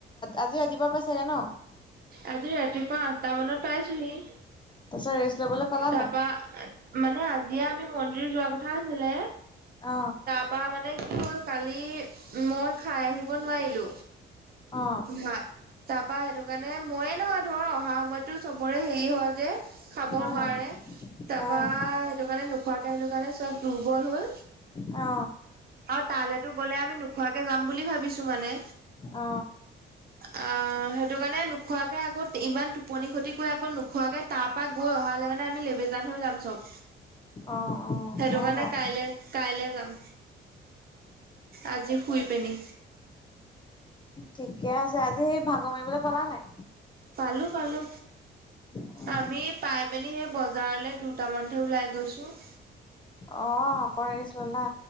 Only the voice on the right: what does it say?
আজি ৰাতিপুৱা আঠটা মানত পাইছোঁহি,
তাৰপৰা
মানে আজি আমি মন্দিৰ যোৱাৰ কথা আছিলে।
তাৰ মানে কি হ'ল, কালি মই খাই আহিব নোৱাৰিলো,
ভাত তাপা সেইটো কাৰণে মানে ময়ে, নহয় ধৰ অহা সময়ততো চবৰে হেৰি হয় যে। খাব
নোৱাৰে তাপা
সেইটো কাৰণে নোখোৱাকে কাৰণে চব দুৰ্বল হ'ল।
আৰু তালে তো গ'লে আমি নোখোৱাকে যাম বুলি ভাবিছো মানে।
অ, সেইটো কাৰণে নোখোৱাকে আকৌ ইমান টোপনি খতি কৰে আকৌ নোখোৱাকে তাৰপ পৰা গৈ অহালে মানে আমি লেবেজান হৈ যাম চ'ব।
সেইটো
কাৰণে
কাইলে কাইলে যাম, আজি শুই পেনি।
পালো পালো।
আমি পাই পিনি, সেই বজাৰলে দুটামানহে ওলাই গৈছো।